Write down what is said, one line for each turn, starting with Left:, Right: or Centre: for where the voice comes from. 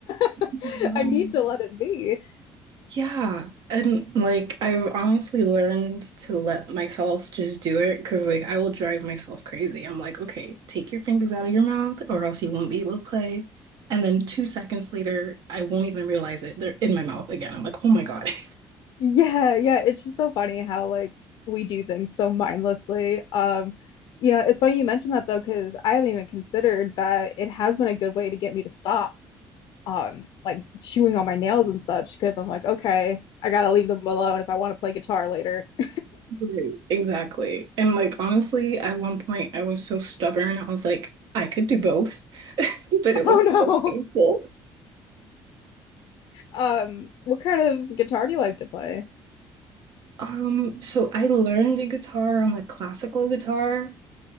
Left: <laughs>
Right: <laughs>
Left: I need to let it be.
Right: Yeah, and like I've honestly learned to let myself just do it because like I will drive myself crazy. I'm like, okay, take your fingers out of your mouth or else you won't be able to play. And then two seconds later, I won't even realize it. They're in my mouth again. I'm like, oh my God. <laughs>
Left: Yeah, yeah. It's just so funny how like we do things so mindlessly. Um, yeah, it's funny you mentioned that though, because I haven't even considered that it has been a good way to get me to stop. um like chewing on my nails and such because I'm like, okay, I gotta leave them alone if I want to play guitar later. <laughs>
Right: Right, exactly. And like honestly, at one point I was so stubborn. I was like, I could do both, <laughs> but it was
Left: Oh
Right: so painful.
Left: no. Um, what kind of guitar do you like to play?
Right: Um, so I learned the guitar on the classical guitar,